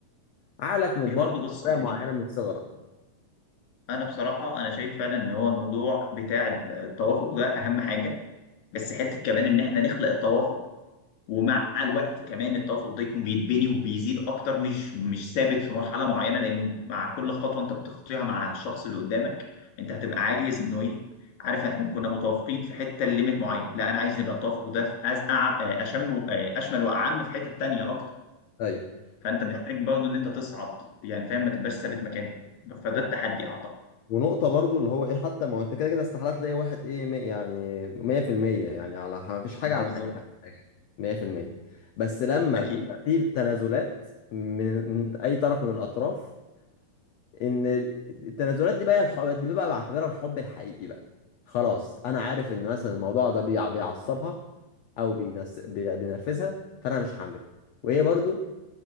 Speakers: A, on the left; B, on the left.
A: عقلك متبرمج
B: هي برضو بص
A: بطريقه
B: يعني
A: معينه من صغرك
B: انا بصراحه انا شايف فعلا ان هو الموضوع بتاع التوافق ده اهم حاجه بس حته كمان ان احنا نخلق التوافق ومع الوقت كمان التوافق ده يكون بيتبني وبيزيد اكتر مش مش ثابت في مرحله معينه لانه مع كل خطوه انت بتخطيها مع الشخص اللي قدامك انت هتبقى عايز انه ايه عارف احنا كنا متوافقين في حته ليميت معين لا انا عايز نبقى التوافق ده في أز... أعم... أشم و- اشمل واعم في حته تانيه اكتر
A: ايوه
B: فانت محتاج برضه ان انت تصعد يعني فاهم ما تبقاش ثابت مكانك فده
A: و-
B: التحدي اعتقد
A: ونقطة برضو اللي هو ايه حتى ما هو انت كده كده استحالة تلاقي واحد ايه مي- يعني 100% يعني على ما فيش حاجة
B: ده
A: على
B: بالظبط
A: نهايتك في الآخر 100% بس لما
B: اكيد
A: بيبقى في تنازلات من, من اي طرف من الاطراف ان التنازلات دي بقى الح- دي بقى بعتبرها الحب الحقيقي بقى خلاص انا عارف ان مثلا الموضوع ده بيع- بيعصبها او بينس... بي- بينرفزها فانا مش هعمله وهي برضو